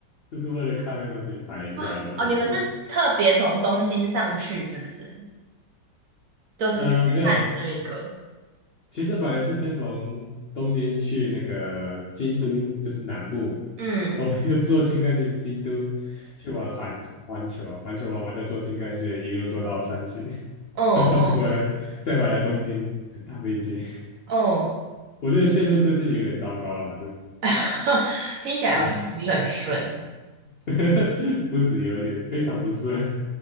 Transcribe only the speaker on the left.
就是为了看那个东西排一下，
然后就走了。
呃，没有，其实本来是先从东京去那个京都，就是南部，
哦，又坐新干线去京都，去玩环环球，环球玩完再坐新干线一路坐到山形，<laughs>
然后再回来，再回来东京搭飞机。
我觉得线路设计有点糟糕了，对
对，<laughs> 不止有点，非常不顺。